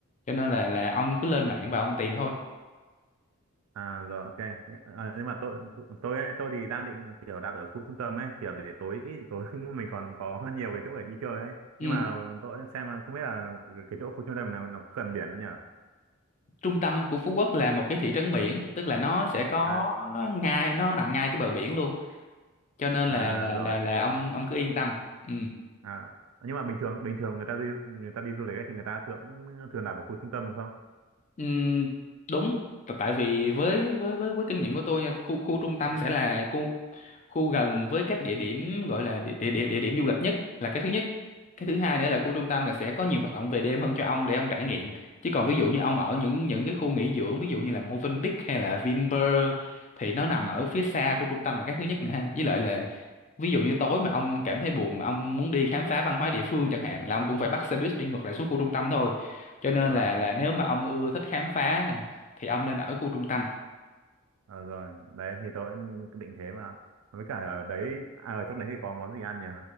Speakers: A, on the left (about 35°); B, on the right (about 80°).
A: cho nên là là ông cứ lên mạng và ông tìm thôi
B: À rồi ok. Ờ, nhưng mà tôi tôi ấy, tôi thì đang định kiểu đặt ở khu trung tâm ấy, kiểu để tối tối <laughs> mình còn có nhiều cái chỗ để đi chơi ấy.
A: ừ
B: Nhưng mà tôi xem là không biết là cái chỗ khu trung tâm nào nó có gần biển không nhỉ?
A: trung tâm của Phú Quốc là một cái thị trấn biển tức là nó sẽ có
B: À
A: ngay nó nằm ngay cái bờ biển luôn cho nên
B: à
A: là là
B: rồi.
A: là là ông ông cứ yên tâm ừ.
B: À nhưng mà bình thường bình thường người ta đi người ta đi du lịch ấy thì người ta thường thường đặt ở khu trung tâm đúng không?
A: Ừm, đúng T- tại vì với với với với kinh nghiệm của tôi nha khu khu trung tâm sẽ là khu khu gần với các địa điểm gọi là địa địa địa, địa điểm du lịch nhất là cái thứ nhất cái thứ hai nữa là khu trung tâm là sẽ có nhiều hoạt động về đêm hơn cho ông để ông trải nghiệm chứ còn ví dụ như ông ở những những cái khu nghỉ dưỡng ví dụ như là Movenpick hay là Vinpearl thì nó nằm ở phía xa khu trung tâm là cái thứ nhất nè ha với lại là ví dụ như tối mà ông cảm thấy buồn mà ông muốn đi khám phá văn hóa địa phương chẳng hạn là ông cũng phải bắt xe buýt đi ngược lại xuống khu trung tâm thôi cho nên
B: Ờ,
A: là
B: rồi.
A: là nếu mà ông ưa thích khám phá nè thì ông nên ở khu trung tâm
B: Ờ, rồi, đấy thì tôi cũng định thế mà. Với cả ở đấy à, ở trong đấy thì có món gì ăn nhỉ?